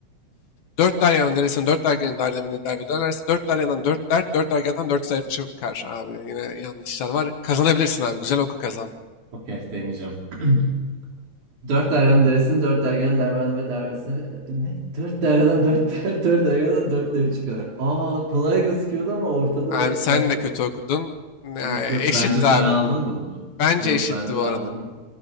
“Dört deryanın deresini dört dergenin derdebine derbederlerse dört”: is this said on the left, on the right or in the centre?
Left